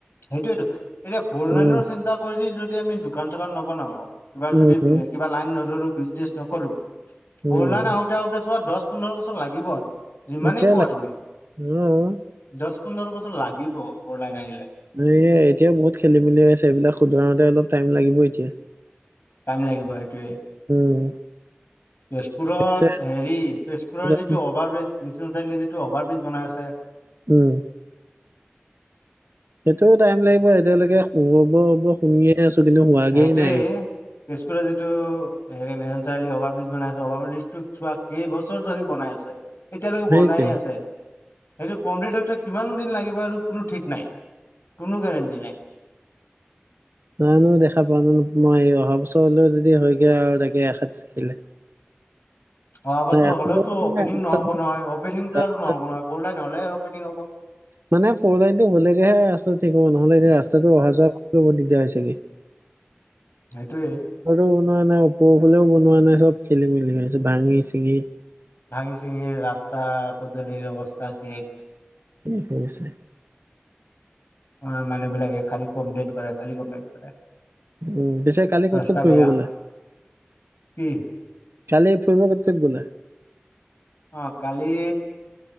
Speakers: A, on the left; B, on the right.
A: সেইটোয়টো, এতিয়া ফৰ্লাইনৰ
B: উম
A: চিন্তা কৰি যদি আমি দোকান চোকান নবনাও, কিবা যদি
B: উম উম
A: কিবা লাইন নধৰু। মিচ নকৰো
B: উম
A: বৰলাইন আহোতে আহোতে চোৱা দহ পোন্ধৰ বছৰ লাগিব আৰু যিমানেই
B: তেতিয়াহ'লে
A: কোৱা তুমি
B: অ
A: দহ পোন্ধৰ বছৰ লাগিব বৰলাইন আহিলে।
B: এই এতিয়া বহুত খেলি মেলি আছে। এইবিলাক শুধাৰুতে অলপ টাইম লাগিব। এতিয়া
A: টাইম লাগিব এইটো
B: উম,
A: তেজপুৰৰ
B: পিছে
A: হেৰি তেজপুৰৰ
B: এনেকুৱা-
A: যিটো অভাৰ ব্ৰিজ মিচন চাৰিআলিত যিটো অভাৰব্ৰিজ বনাই আছে।
B: উম। সেইটোও টাইম লাগিব। এতিয়ালৈকে হ'ব হ'ব শুনিয়ে আছো। কিন্তু হোৱাগেই
A: হেইটোৱে
B: নাই।
A: তেজপুৰৰ যিটো হেৰি মিছন চাৰআলি অভাৰ ব্ৰিজ বনাইছে অভাৰ ব্ৰিজটোক চোৱা কেইবছৰ ধৰি বনাই আছে। এতিয়ালৈকে
B: সেইটোৱে
A: বনাইে আছে, সেইটো কমপ্লিট কিমান দিন লাগিব আৰু কোনো ঠিক নাই কোনো গেৰেণ্টি নাই।
B: নাই নহ দেখা পাওঁ নে মই অহা বছৰলৈ যদি হৈগে আৰু তাকে আষাৰ থাকিলে।
A: অহ বাৰটো
B: নাই, ৰাস্তাটো
A: হলেওতো অপেনিং
B: নাই, ৰাস্তাটো-
A: নহ'ব নহয় অপেনিংতটো
B: ৰাস্তাটো
A: আৰু নহ'ব নহয় বৰলাইন হলেহ অপেনিং হ'ব।
B: মানে ফ'ৰ লাইন টো হ'লেগেহে ৰাস্তাটো ঠিক হ'ব, নহ'লে এনে ৰাস্তাটো অহা যোৱা কৰিব দিগদাৰ হৈছেগে।
A: হেইটোৱেই
B: ফৰলাইন ওপৰ ফাললেও বনোৱা নাই চ'ব খেলি মেলি হৈছে ভাঙি চিঙি
A: ভাঙি চিঙি ৰাস্তা পদলিৰ অৱস্থা কে
B: কিনো কৰিছে।
A: অ' মানুহ বিলাকে খালি কমপ্লেইন কৰে, খালী কমপ্লেইন কৰে।
B: উম, পিছে কালি ক'ত
A: ৰাস্তা
B: ক'ত ফুৰিব
A: বেয়া
B: গ'লে।
A: কি
B: কালি ফুৰিব ক'ত ক'ত গ'লে।
A: অ' কালি